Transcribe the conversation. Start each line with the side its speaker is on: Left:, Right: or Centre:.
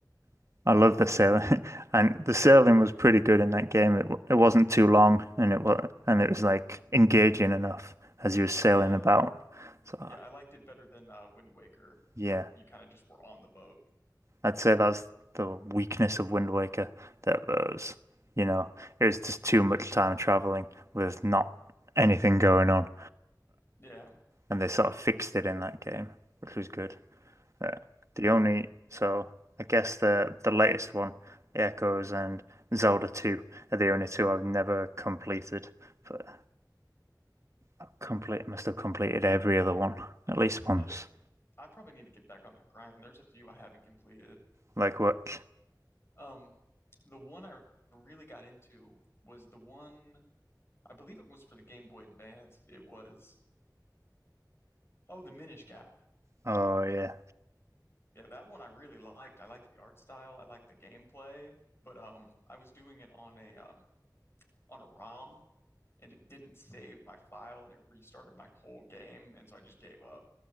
Right: <laughs> I love the sailing, <laughs> and the sailing was pretty good in that game. It it wasn't too long, and it was and it was like engaging enough as you were sailing
Left: Yeah.
Right: about. So
Left: Yeah, I liked it better than uh Wind Waker,
Right: yeah,
Left: where you kind of just were on the boat.
Right: I'd say that's the weakness of Wind Waker that was you know, it was just too much time traveling with not anything going on.
Left: Yeah,
Right: and they sort of fixed it in that game, which was good. Uh, the only so I guess the the latest one, Echoes and Zelda 2 are the only two I've never completed, but I complete must have completed every other one at least once.
Left: yeah. I probably need to get back on the grind. There's a few I haven't completed.
Right: Like what?
Left: Um, the one I really got into was the one I believe it was for the Game Boy Advance. It was oh, the Minish Cap.
Right: Oh yeah,
Left: Yeah, that one I really liked. I liked the art style. I liked the gameplay, but um, I was doing it on a um on a ROM, and it didn't save my file, and it restarted my whole game, and so I just gave up.